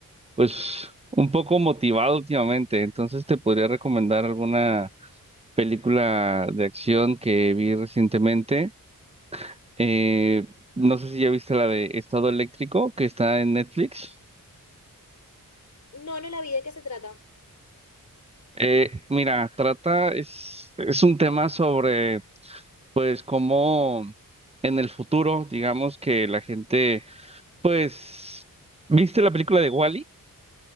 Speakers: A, on the right (about 20°); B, on the left (about 55°).
A: pues, un poco motivado últimamente. Entonces te podría recomendar alguna película de acción que vi recientemente. Eh, no sé si ya viste la de Estado Eléctrico que está en Netflix.
B: No, no la vi, ¿de qué se trata?
A: Eh, mira, trata, es, es un tema sobre, pues, cómo en el futuro, digamos que la gente, pues, ¿viste la película de Wall-E,